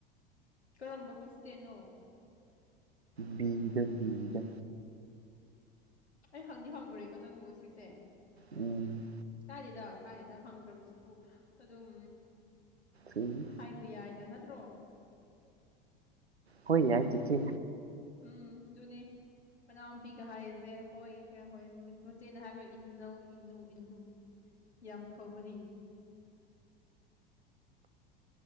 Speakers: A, on the left; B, on the right.
A: ꯀꯔꯝꯕ ꯈ꯭ꯔꯤꯁꯇꯌꯥꯅꯣ
B: ꯕꯤꯗ ꯕꯤꯗ
A: ꯑꯩ ꯍꯪꯗꯤ ꯍꯪꯈ꯭ꯔꯦꯀꯣ ꯅꯪꯕꯨ ꯁꯤꯁꯦ
B: ꯎꯝ
A: ꯀꯥꯏꯗꯦꯗ ꯀꯥꯏꯗꯦꯗ ꯍꯪꯈ꯭ꯔꯕꯁꯤꯕꯨ ꯑꯗꯨꯝ
B: ꯑꯩ
A: ꯍꯥꯏꯕ ꯌꯥꯏꯗ ꯅꯠꯇ꯭ꯔꯣ
B: ꯍꯣꯏ ꯌꯥꯏꯆꯦ
A: ꯎꯝ ꯑꯗꯨꯅꯦ ꯃꯅꯥꯝꯄꯤꯒ ꯍꯥꯏꯔꯤꯁꯦ ꯍꯣꯏ ꯀ ꯍꯣꯏ ꯅꯨꯠ ꯃꯆꯦꯅ ꯍꯥꯏꯕ ꯏꯟꯅꯧ ꯏꯟꯅꯨ ꯏꯟꯂꯨ ꯌꯥꯝ ꯐꯕꯅꯤ